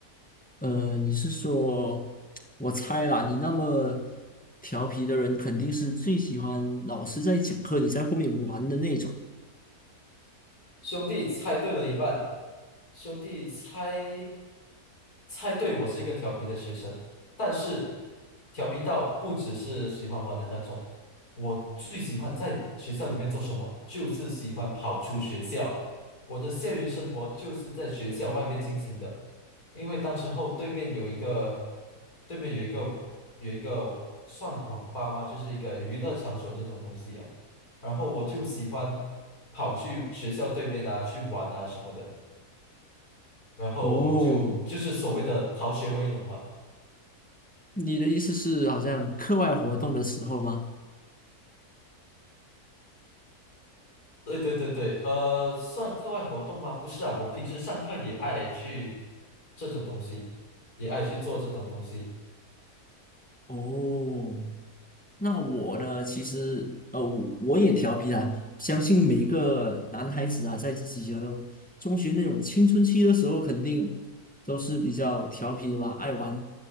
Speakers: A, in the centre; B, on the left.
A: 呃，你是说，我猜啦，你那么调皮的人，肯定是最喜欢老师在讲课，你在后面玩的那种。
B: 兄弟，猜对了一半。兄弟猜猜对，我是一个调皮的学生，但是调皮到不只是喜欢玩的那种，我最喜欢在学校里面做什么，就是喜欢跑出学校。我的校园生活就是在学校外面进行的，因为当时候对面有一个，对面有一个有一个算网吧吗？就是一个娱乐场所这种东西啊。然后我就喜欢跑去学校对面啊，去玩啊什么的。然后就就是所谓的逃学威龙嘛。
A: 哦，你的意思是好像课外活动的时候吗？
B: 对对对对，呃，算课外活动吗？不是啊，我平时上课也爱去这种东西，也爱去做这种东西。
A: 哦，那我呢，其实呃，我我也调皮啦。相信每一个男孩子啊，在自己的中学那种青春期的时候，肯定都是比较调皮的吧，爱玩，